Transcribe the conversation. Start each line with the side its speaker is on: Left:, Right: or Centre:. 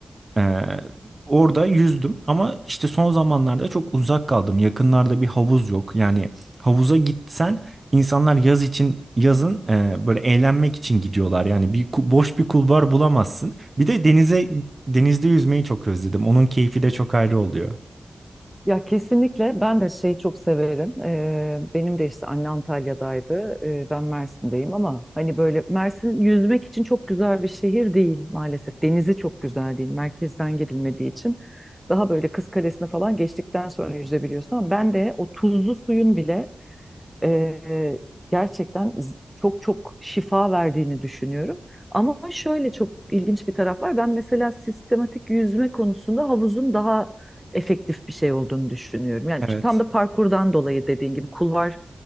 Right: E, orada yüzdüm ama işte son zamanlarda çok uzak kaldım. Yakınlarda bir havuz yok. Yani havuza gitsen insanlar yaz için yazın e, böyle eğlenmek için gidiyorlar. Yani bir ku- boş bir kulvar bulamazsın. Bir de denize denizde yüzmeyi çok özledim. Onun keyfi de çok ayrı oluyor.
Centre: Ya kesinlikle ben de şeyi çok severim. Ee, benim de işte anne Antalya'daydı. Ee, ben Mersin'deyim ama hani böyle Mersin yüzmek için çok güzel bir şehir değil maalesef. Denizi çok güzel değil. Merkezden girilmediği için daha böyle Kız Kalesi'ne falan geçtikten sonra yüzebiliyorsun ama ben de o tuzlu suyun bile e, gerçekten z- çok çok şifa verdiğini düşünüyorum. Ama şöyle çok ilginç bir taraf var. Ben mesela sistematik yüzme konusunda havuzun daha efektif bir şey olduğunu düşünüyorum. Yani
Right: Evet.
Centre: tam da parkurdan dolayı dediğin gibi kulvar